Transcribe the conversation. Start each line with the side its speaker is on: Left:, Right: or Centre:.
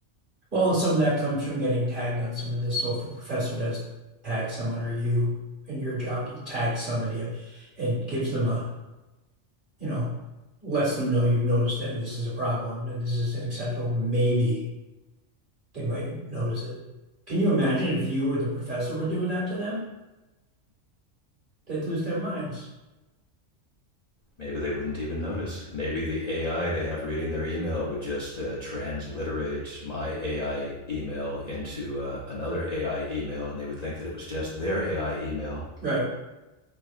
Right: Well, and some of that comes from getting tagged on some of this. So if a professor does tag someone or you in your job, you tag somebody and gives them a you know, lets them know you've noticed it and this is a problem and this is unacceptable, maybe they might notice it. Can you imagine if you or the professor were doing that to them? They'd lose their minds.
Left: Maybe they wouldn't even notice. Maybe the AI they have reading their email would just uh, transliterate my AI email into uh, another AI email, and they would think that it was just their AI email.
Right: Right.